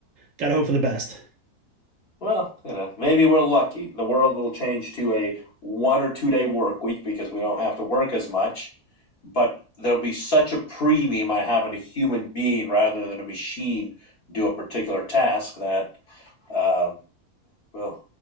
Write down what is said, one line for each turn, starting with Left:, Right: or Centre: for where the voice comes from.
Right: got to hope for the best.
Left: Well, you know, maybe we're lucky. The world will change to a one or two day work week because we don't have to work as much. But there'll be such a premium on having a human being rather than a machine do a particular task that um, we'll,